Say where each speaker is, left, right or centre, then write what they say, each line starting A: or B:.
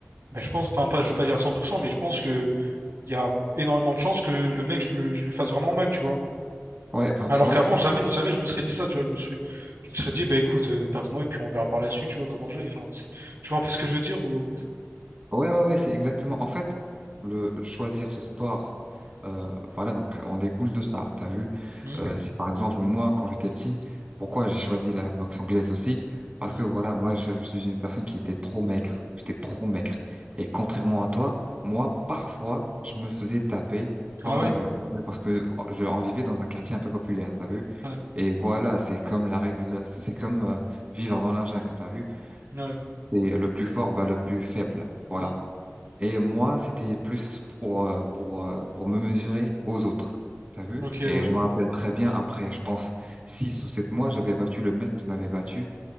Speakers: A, on the right; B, on the right.
A: ben, je pense, enfin, pas, je vais pas dire à 100%, mais je pense qu'il y a énormément de chances que le mec, je, le- je le fasse vraiment mal, tu vois.
B: Ouais, parce-
A: Alors
B: ouais.
A: qu'avant, jamais, jamais je me serais dit ça, tu vois. Je me suis, je me serais dit, bah écoute, euh, tape-moi et puis on verra par la suite, tu vois, comment je vais. Enfin, tu sais- tu vois un peu ce que je veux dire ou...
B: Ouais, ouais, ouais, c'est exactement. En fait, le choisir ce sport, euh, voilà, donc euh, on découle de ça. T'as vu?
A: Hmm,
B: Euh, si par exemple moi, quand j'étais petit, pourquoi j'ai choisi la boxe anglaise aussi? Parce
A: hmm.
B: que voilà, moi, je, je suis une personne qui était trop maigre. J'étais trop maigre. Et contrairement à toi, moi, parfois, je me faisais taper
A: Ah
B: dans
A: ouais?
B: la rue. T'as vu Parce que je en vivais dans un quartier un peu populaire. T'as vu?
A: Ouais.
B: Et voilà, c'est comme la règle, c'est comme euh, vivre dans la jungle. T'as vu?
A: Ouais.
B: C'est le plus fort, bah, le plus faible. Voilà.
A: Hmm.
B: Et moi, c'était plus pour, euh, pour, euh, pour me mesurer aux autres. T'as vu?
A: Ok,
B: Et
A: ouais.
B: je me rappelle très bien, après, je pense, six ou sept mois, j'avais battu le mec qui m'avait battu